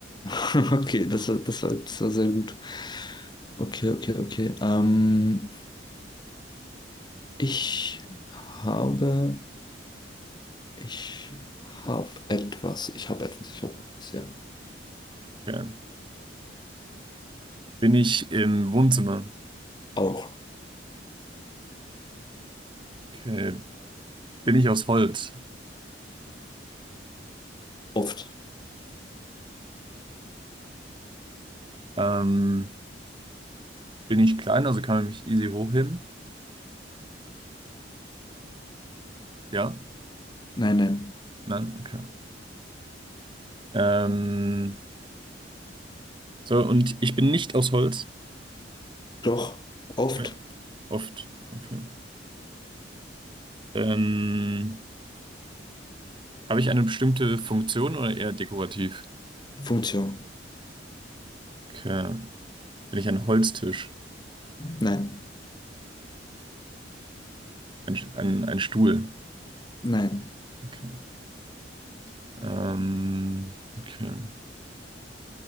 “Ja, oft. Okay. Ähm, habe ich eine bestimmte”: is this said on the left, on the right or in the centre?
Right